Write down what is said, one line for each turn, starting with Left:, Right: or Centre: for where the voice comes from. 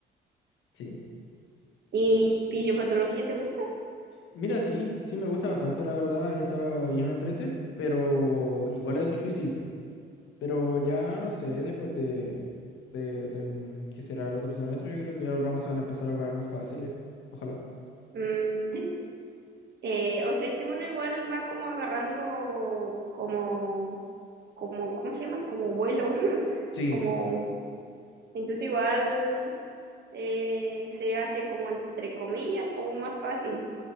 Left: sí.
Right: ¿Y fisiopatología te gusta?
Left: Mira, sí, sí me gusta bastante, la verdad. Está bien entrete, pero igual es difícil. Pero ya no sé, después de, de, de, mm, que será el otro semestre, yo creo que ya los ramos se van a empezar a poner más fáciles. Ojalá.
Right: Mm, eh, o sea, es que uno igual va como agarrando como, como, ¿cómo se llama? Como vuelo, <laughs>
Left: Sí,
Right: como, entonces igual eh, se hace como entre comillas, como más fácil,